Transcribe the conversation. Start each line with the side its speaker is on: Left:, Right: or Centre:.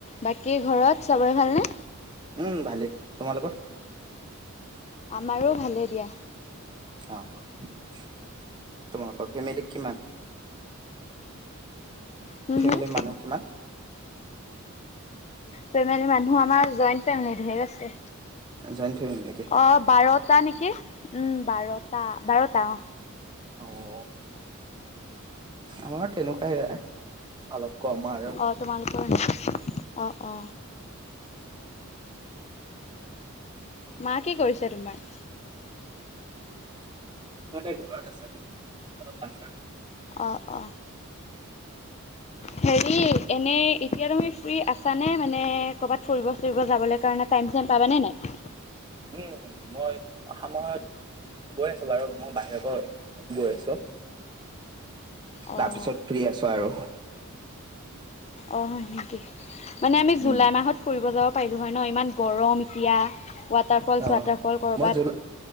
Left: বাকী ঘৰত চবৰে ভালনে
Right: উম ভালেই তোমালোকৰ
Left: আমাৰো ভালেই দিয়া।
Right: অ তোমালোকৰ ফেমিলি কিমান
Left: হুম
Right: ফেমেলি
Left: হুম
Right: মানুহ কিমান
Left: ফেমেলি মানুহ আমাৰ জইন ফেমিলি ধেৰ আছে,
Right: জইণ্ট ফেমিলি নেকি
Left: অ বাৰটা নেকি উম বাৰটা, বাৰটা অ।
Right: অ, আমাৰ তেনেকুৱাই অলপ কম আৰু
Left: অ তোমালোকৰ অ অ মা কি কৰিছে তোমাৰ
Right: <unintelligible> ঘৰত আছে, অলপ বাহিৰত
Left: অ', অ'। হেৰি এনে এতিয়া তুমি ফ্ৰী আছানে মানে, ক'ৰবাত ফুৰিব চুৰিব যাবলে কাৰণে টাইম, চাইম পাবানে নাই?
Right: উম, মই অহা সময়ত গৈ, আছোঁ বাৰু মই বাহিৰৰ পৰা গৈ আছোঁ।
Left: অ',
Right: তাৰপিছত ফ্ৰী আছোঁ আৰু।
Left: অ', হয়, নিকি মানে আমি জুলাই
Right: উম
Left: মাহত ফুৰিব যাব পাৰিলোঁ হয়, ন? ইমান গৰম এতিয়া ৱাটাৰফলছ,
Right: অ
Left: চোৱাটাৰফল ক'ৰবাত?
Right: মই জুলাই